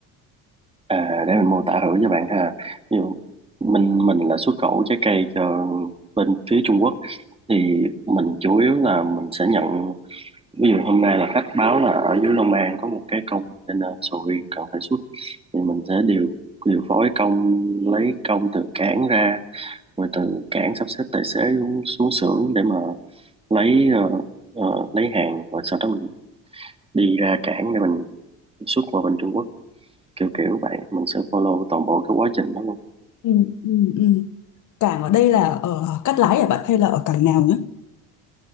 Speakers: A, on the right; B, on the left.
A: à để mình mô tả thử cho bạn ha ví dụ mình mình là xuất khẩu trái cây cho bên phía Trung Quốc thì mình chủ yếu là mình sẽ nhận ví dụ hôm nay là khách báo là ở dưới Long An có một cái container sầu riêng cần phải xuất thì mình sẽ điều điều phối công lấy công từ cảng ra rồi từ cảng sắp xếp tài xế xuống, xuống xưởng để mà lấy ờ, ờ, lấy hàng rồi sau đó mình đi ra cảng để mình xuất qua bên Trung Quốc kiểu kiểu vậy mình sẽ follow toàn bộ cái quá trình đó luôn
B: Ừ, ừ, ừ. Cảng ở đây là ở Cát Lái hả bạn hay là ở cảng nào nữa?